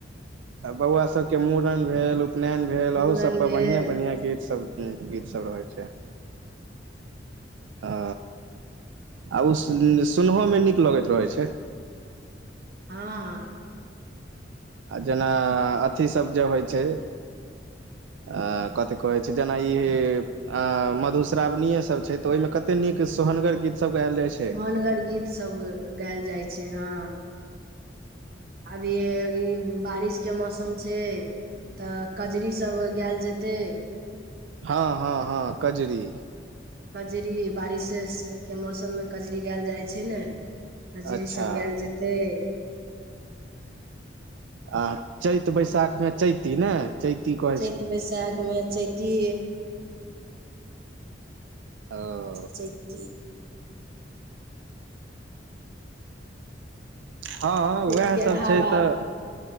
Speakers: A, on the right (about 85°); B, on the right (about 55°).
A: आ बौआ सबके मुड़न भेल उपनयन भेल
B: मूड़न
A: अहू सब पर
B: भेल
A: बढ़िआँ बढ़िआँ गीत सब गीत सब रहे छै। ओ आ ओ सुनहोमे निक लगैत रहै छै
B: हँ
A: आ जेना अथि सभ जे होइ छै आ कथी कह छै जेना ई <inaudible> अ मधुश्रावणीय सब छै तऽ ओहिमे कते नीक सोहनगर गीत सब गायल जाइ छै
B: होनगर गीतसभ गायल जाइ छै ह अभी ई बारिश के मौसम छै तऽ कजरी सब गायल जेते
A: हँ हँ हँ कजरी
B: कजरी बारिशश मौसममे कजरी गायल जाइ छै ने खजरी
A: अच्छा
B: सब गायल जेते
A: आ चैत बैसाख मे चैती ने चैती क
B: चैत बैसाखमे चेती
A: अअ
B: चैती
A: हँ
B: चैतक
A: उएह सब
B: हाबा
A: छै तऽ